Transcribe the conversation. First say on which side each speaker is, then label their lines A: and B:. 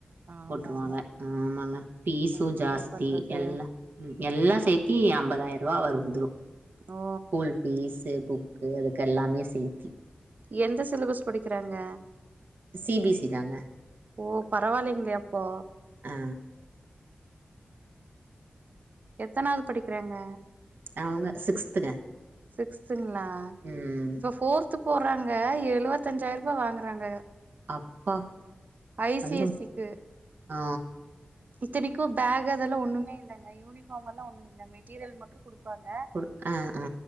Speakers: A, on the right; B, on the right.
A: ஆமா
B: போட்ருவாங்க
A: ஆமா
B: ஆமாங்க ஃபீஸூ
A: என்னங்க
B: ஜாஸ்தி
A: பண்றது
B: எல்லா ம் எல்லா சேத்தி அம்பதாயிர ரூவா வரு துரு
A: ஓ
B: ஸ்கூல் ஃபீஸு புக் க்கு அதுக்கெல்லாமே சே சேத்தி
A: எந்த சிலபஸ் படிக்றாங்க
B: சி பி சி தாங்க
A: ஓ பரவால்லைங்களே அப்போ
B: ஆ
A: எத்தனாது படிக்கிறாங்க
B: ஆ அவங்க சிக்ஸ்த்துங்க
A: சிக்ஸ்துங்களா
B: ம்
A: இப்ப ஃபோர்த் போறாங்க ங்க எழுவத்தஞ்சாயிரூவா வாங்கறாங்க
B: அப்பா
A: ஐசிஐசிக்கு
B: அதுல ஆ
A: இத்தனைக்கு பேக் அதெல்லா ஒண்ணுமே இல்லங்க யூனிஃபார்மெல்லா ஒன்னுமே இல்ல மெட்டீரியல் மட்டு குடு ப்பங்க
B: குடு ஆ ஆ